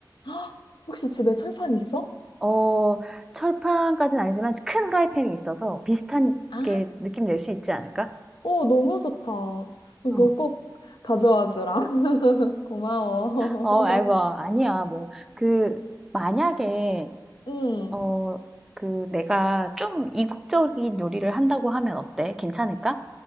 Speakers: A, on the left (about 85°); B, in the centre.
A: <gasps> 혹시 집에 철판 있어?
B: 어, 철판까지는 아니지만 큰 후라이팬이 있어서 비슷한
A: 아,
B: 게 느낌 낼 수 있지 않을까?
A: 어, 너무 좋다. 그거
B: 어.
A: 꼭 가져와 주라. <laughs> 고마워.
B: 어, 아이고, 아니야. 뭐, 그, 만약에,
A: <laughs> 응.
B: 어, 그, 내가 좀 이국적인 요리를 한다고 하면 어때? 괜찮을까?